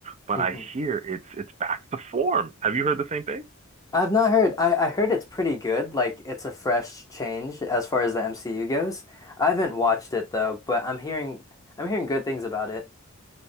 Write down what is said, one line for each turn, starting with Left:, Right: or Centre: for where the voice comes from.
Right: but
Left: <laughs>
Right: I hear it's it's back to form. Have you heard the same thing?
Left: I've not heard. I, I heard it's pretty good. Like it's a fresh change as far as the MCU goes. I haven't watched it though, but I'm hearing I'm hearing good things about it.